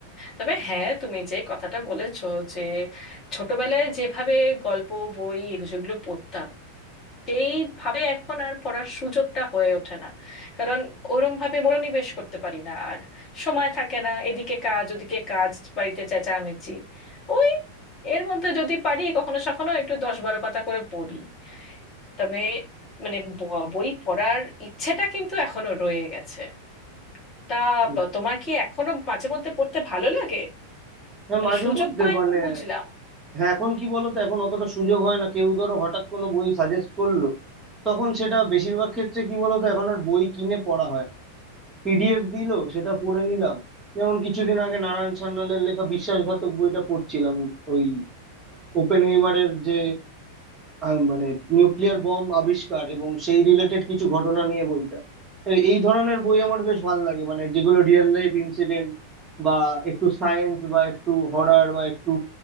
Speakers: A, on the left; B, on the right.
A: তবে হ্যাঁ তুমি যে কথাটা বলেছো যে ছোটবেলায় যেভাবে গল্প বই এগুলো পড়তাম সেইভাবে এখন আর পড়ার সুযোগটা হয়ে ওঠে না কারণ ওরম ভাবে মনোনিবেশ করতে পারি না আর সময় থাকে না এদিকে কাজ ওদিকে কাজ বাড়িতে চেঁচামেচি ওই এর মধ্যে যদি পারি কখনো সখনো একটু দশ বারো পাতা করে পড়ি তবে মানে ব- বই পড়ার ইচ্ছেটা কিন্তু এখনো রয়ে গেছে তা
B: হুম।
A: ব- তোমার কি এখনো মাঝে মধ্যে পড়তে ভালো লাগে
B: হ্যাঁ
A: মানে
B: মাঝে
A: সুযোগ
B: মধ্যে
A: পায়
B: মানে
A: না বুঝলাম
B: হ্যাঁ এখন কি বলো তো এখন অতটা সুযোগ হয় না কেউ ধরো হঠাৎ কোনো বই সাজেস্ট করলো তখন সেটা বেশিরভাগ ক্ষেত্রে কি বলতো এখন আর বই কিনে পড়া হয় না। পিডিএফ দিলো সেটা পড়ে নিলাম যেমন কিছুদিন আগে নারায়ণ সান্যালের লেখা বিশ্বাসঘাতক বইটা পড়ছিলাম ওই ওপেনহেইমারের যে আহ, মানে নিউক্লিয়ার বম আবিষ্কার এবং সেই রিলেটেড কিছু ঘটনা নিয়ে বইটা তো এই ধরনের বই আমার বেশ ভালো লাগে মানে যেগুলো রিয়েল লাইফ ইনসিডেন্ট বা একটু সায়েন্স বা একটু হরর বা একটু